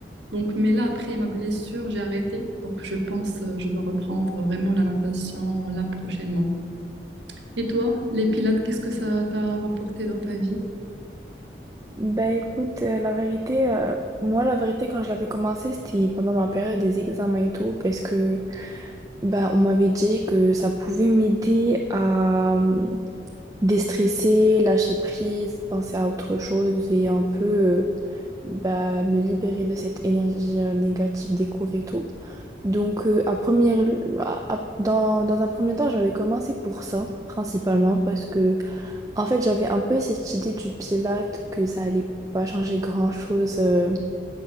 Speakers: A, on the right; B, on the right.
A: Donc, mais là, après ma blessure, j'ai arrêté. Donc, je pense, euh, je dois reprendre vraiment la natation là prochainement. Et toi, les pilates, qu'est-ce que ça t'a rapporté dans ta vie?
B: Ben écoute, euh, la vérité, euh, moi la vérité quand je l'avais commencé, c'était pendant ma période des examens et tout, parce que bah on m'avait dit que ça pouvait m'aider à euh, déstresser, lâcher prise, penser à autre chose et un peu euh, bah, me libérer de cette énergie euh, négative des cours et tout. Donc, euh, à première, à- à- dans, dans un premier temps, j'avais commencé pour ça, principalement, parce que, en fait, j'avais un peu cette idée du Pilate que ça allait pas changer grand-chose euh,